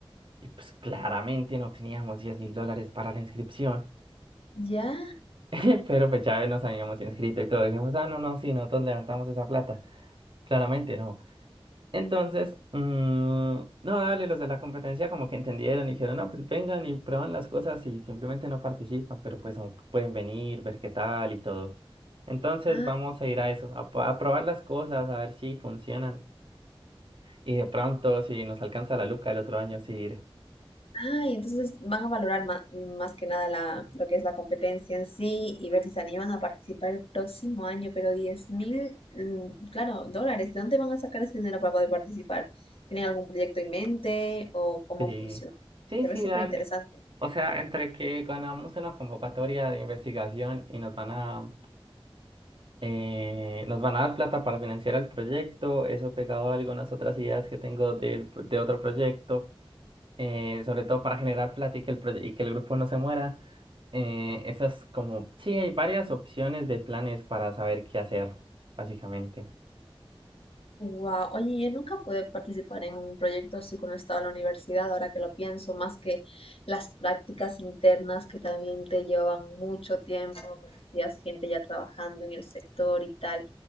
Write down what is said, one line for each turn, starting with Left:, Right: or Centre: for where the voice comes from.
Right: Y pues claramente no teníamos diez mil dólares para la inscripción,
Left: Ya,
Right: <laughs> pero pues ya nos habíamos inscrito y todo. Dijimos, ah, no, no, sí, nosotros levantamos esa plata. Claramente no. Entonces, mm, no, dale, los de la competencia como que entendieron y dijeron, no, pues vengan y prueban las cosas y simplemente no participan, pero pues no pueden venir, ver qué tal y todo. Entonces
Left: ah,
Right: vamos a ir a eso, a, a probar las cosas, a ver si funcionan. Y de pronto, si nos alcanza la luca el otro año, sí ir.
Left: ah, y entonces van a valorar ma- más, que nada la, lo que es la competencia en sí y ver si se animan a participar el próximo año, pero diez mil, mm, claro, dólares, ¿de dónde van a sacar ese dinero para poder participar? ¿Tienen algún proyecto en mente o cómo
Right: Sí,
Left: funciona?
Right: sí,
Left: Se
Right: sí,
Left: ve súper
Right: dale.
Left: interesante.
Right: O sea, entre que ganamos una convocatoria de investigación y nos van a, eh, nos van a dar plata para financiar el proyecto, eso pegado a algunas otras ideas que tengo del- de otro proyecto, eh, sobre todo para generar plata y que el, proye- y que el grupo no se muera. eh, esas como, sí, hay varias opciones de planes para saber qué hacer, básicamente.
Left: Wow, oye, yo nunca pude participar en un proyecto así cuando estaba en la universidad, ahora que lo pienso, más que las prácticas internas que también te llevaban mucho tiempo, conocías gente ya trabajando en el sector y tal.